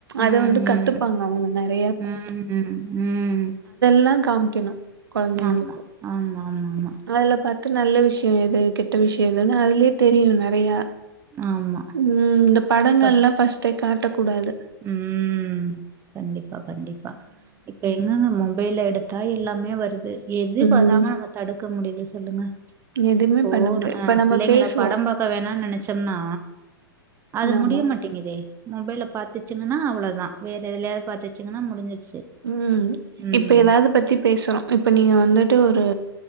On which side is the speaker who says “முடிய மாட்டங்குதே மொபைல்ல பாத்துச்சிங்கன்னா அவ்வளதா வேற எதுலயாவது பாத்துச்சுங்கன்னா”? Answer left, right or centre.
Right